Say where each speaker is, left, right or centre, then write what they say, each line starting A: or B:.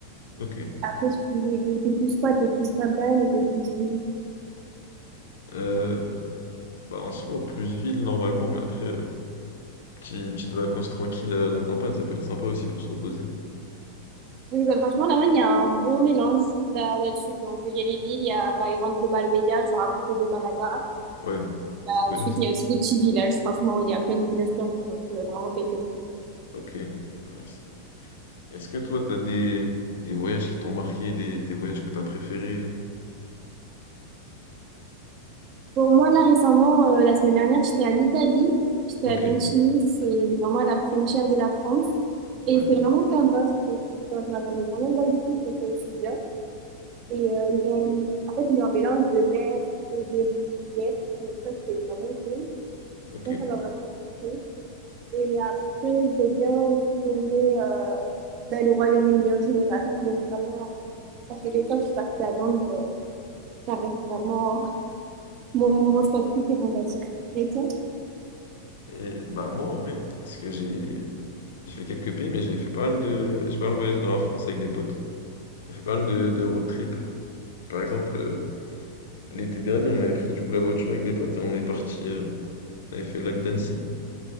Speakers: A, on the left; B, on the right.
A: Ok.
B: Après, si t'es plus quoi, t'es plus campagne ou t'es plus ville.
A: Euh, bah, en soi, plus ville normalement, mais après, euh, petit- petite vacances tranquille à la campagne, ça peut être sympa aussi pour se reposer.
B: Oui, bah, franchement, là-bas, il y a un bon mélange là- là-dessus. Donc, il y a les villes, il y a par exemple le Marbella, genre à côté de Malaga.
A: Ouais, c'est connu.
B: Ensuite,
A: ça.
B: il y a aussi des petits villages. Franchement, il y a plein de villages perdus, donc euh, vraiment t'inquiète.
A: Ok. Ouais, c'est- Est-ce que toi, t'as des, des voyages qui t'ont marqué, des, des voyages que t'as préférés? euh
B: Pour moi, là, récemment, euh, la semaine dernière, j'étais en Italie. J'étais
A: Ok.
B: à Ventimille, c'est vraiment à la frontière de la France. Et
A: Ouais,
B: c'est vraiment sympa, je trouve. Enfin, Je m'attendais vraiment pas du tout que ça soit aussi bien. Et euh, ils ont une- en fait, ils ont un mélange de mer et de rivière. Donc ça, c'est vraiment cool.
A: ok.
B: Ça, ça m'a vraiment surpris. Et après, j'ai bien aussi aimé euh, ben, le Royaume-Uni en général. Donc vraiment, ça fait des fois que je suis partie à Londres, euh, ça reste vraiment mon, mon spot préféré, on va dire. Et toi?
A: Et bah, moi, en vrai, parce que j'ai j'ai fait quelques pays, mais j'ai fait pas mal de, j'ai pas mal voyagé dans la France avec des potes. J'ai fait pas mal de, de road trip. Par exemple, euh, L'été dernier, on avait pris du coup la voiture avec des potes et on est parti. euh, on avait fait le lac d'Annecy